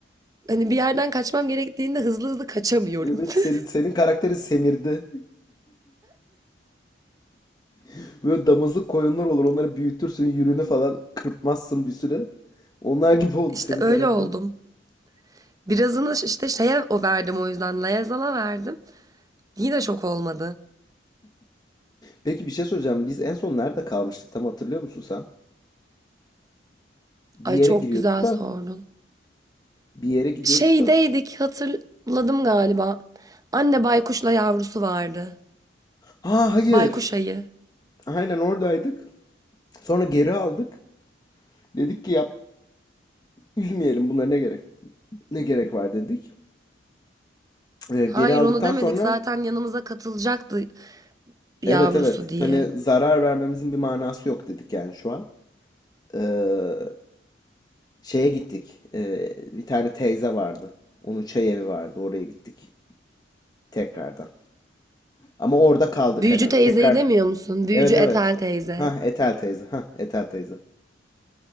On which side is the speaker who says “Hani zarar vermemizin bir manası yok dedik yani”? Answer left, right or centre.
Left